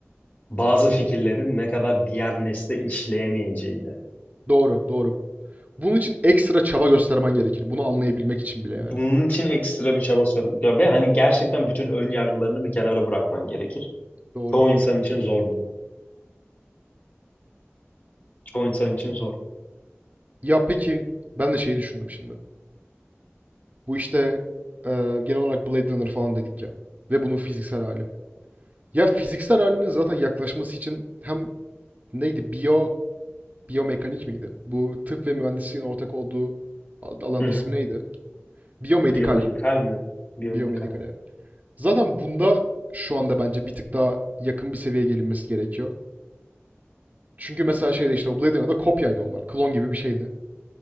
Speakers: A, on the left; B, on the right.
A: bazı fikirlerin ne kadar diğer nesle işleyemeyeceğini.
B: Doğru, doğru. Bunun için ekstra çaba göstermen gerekir. Bunu anlayabilmek için bile yani.
A: Bunun için ekstra bir çaba sarf ya ve hani gerçekten bütün ön yargılarını bir kenara bırakman gerekir.
B: Doğru.
A: Çoğu insan için zor bu. Çoğu insan için zor.
B: Ya peki ben de şeyi düşündüm şimdi. Bu işte eee, genel olarak Blade Runner falan dedik ya. Ve bunun fiziksel hali. Ya fiziksel halinin zaten yaklaşması için hem neydi? Biyo, biyomekanik miydi? Bu tıp ve mühendisliğin ortak olduğu al- alanın
A: Hı
B: ismi
A: hı.
B: neydi? Biyomedikal.
A: Biyomedikal mi? Biyomedikal.
B: Biyomedikal evet. Zaten bunda şu anda bence bir tık daha yakın bir seviyeye gelinmesi gerekiyor. Çünkü mesela şeyde işte o Blade Runner'da kopyaydı onlar. Klon gibi bir şeydi.